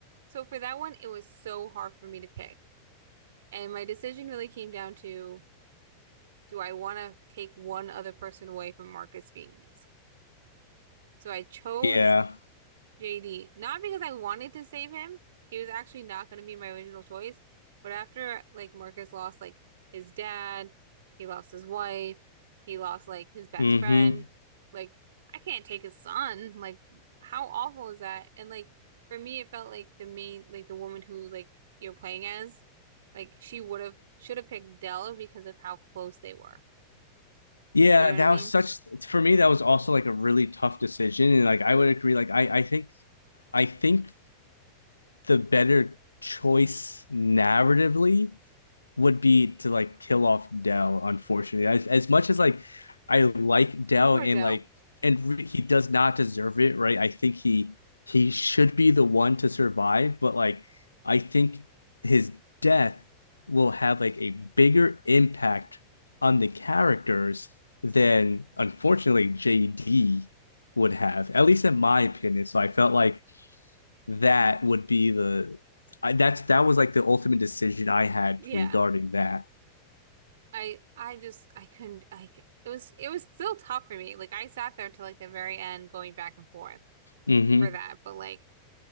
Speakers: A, on the right (about 60°); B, on the left (about 80°).
A: so for that one it was so hard for me to pick. And my decision really came down to do I want to take one other person away from Marcus Venus? So I chose
B: yeah,
A: JD, not because I wanted to save him. He was actually not going to be my original choice. But after like Marcus lost like his dad, he lost his wife, he lost like his best
B: mm-hmm.
A: friend. Like I can't take his son. Like how awful is that? And like for me, it felt like the main like the woman who like you're playing as, like she would have should have picked Dell because of how close they were.
B: Yeah,
A: You know what
B: that
A: I mean?
B: was such for me. That was also like a really tough decision, and like I would agree. Like I, I think, I think the better choice narratively would be to like kill off Dell. Unfortunately, as, as much as like I like Dell
A: Poor
B: and
A: Jill.
B: like and re- he does not deserve it, right? I think he he should be the one to survive, but like I think his death will have like a bigger impact on the characters than unfortunately JD would have, at least in my opinion. So I felt like that would be the I, that's that was like the ultimate decision I had
A: Yeah.
B: regarding that.
A: I I just I couldn't I c- it was it was still tough for me. Like I sat there till like the very end going back and forth
B: Mm-hmm.
A: for that, but like